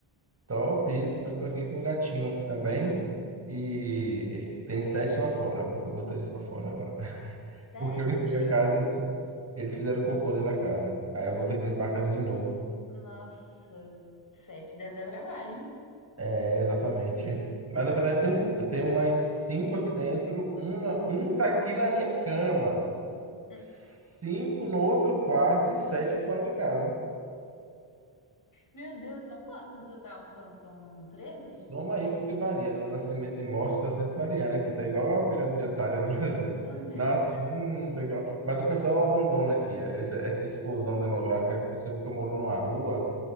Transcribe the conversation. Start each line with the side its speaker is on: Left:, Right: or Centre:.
Right: Topíssimo, eu tô aqui com um gatinho aqui também e, e tem sete lá fora, porque eu botei eles para fora agora. <laughs>
Left: Sete?
Right: Porque eu limpei
Left: <laughs>
Right: a casa, eles, eles fizeram cocô dentro da casa. Aí eu vou ter que limpar a casa de novo.
Left: Nossa, sete deve dar trabalho, hein?
Right: É, exatamente. Mas na verdade tem, um- eu tenho mais cinco aqui dentro, um, na- um tá aqui na minha cama,
Left: Hum.
Right: cinco no outro quarto e sete fora de casa.
Left: Meu Deus, são quantos no total? Então, são 13.
Right: Soma aí porque varia. né? Nascimento e morte está sempre variando aqui. Tá igual a pirâmide etária do <laughs> Brasil.
Left: Oh, <laughs> meu
Right: Nasce
Left: Deus.
Right: um, não sei o que lá. Mas o pessoal abandona aqui. Essa, essa explosão demográfica aconteceu porque eu moro numa rua